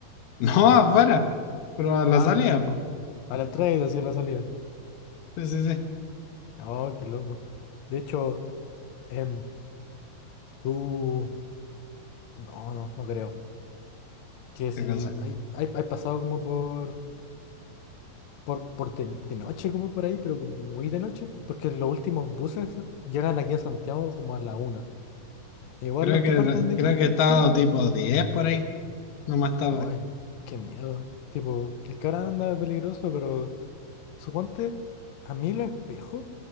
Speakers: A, on the left; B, on the left.
A: No, afuera, pero a la
B: Ah,
A: salida,
B: chuta.
A: pues.
B: A la entrada y así a la salida.
A: Sí, sí, sí.
B: Oh, qué loco. De hecho... Em, tú, no, no, no creo. Que si
A: Qué cosa.
B: hay, hay, hay pasado como por, por, por de, de noche, como por ahí, pero como muy de noche, porque los últimos buses llegan aquí a Santiago como a la una. E Igual
A: Creo
B: los que
A: que,
B: partan de aquí,
A: creo que
B: ¿qué
A: he estado
B: creo que
A: tipo
B: partan?
A: 10 por ahí, no más tarde.
B: Ay, qué miedo. Tipo, es que ahora anda peligroso, pero suponte, a mí los espejos